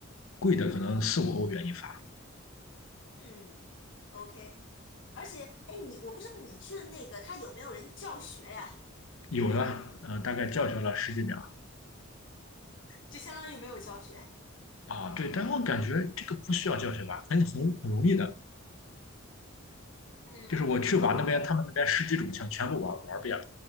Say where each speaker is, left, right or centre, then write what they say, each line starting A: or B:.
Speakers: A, on the left (about 80°); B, on the left (about 60°).
A: 贵的可能四五欧元一发。
B: <laughs> 嗯？OK，而且，哎，你我不知道你去的那个他有没有人教学呀？
A: 有的，呃，大概教学了十几秒
B: 就相当于没有教学。
A: 啊，对，但我感觉这个不需要教学吧，很很很容易的，
B: 嗯，OK。
A: 就是我去玩那边，他们那边十几种枪全部玩玩遍了，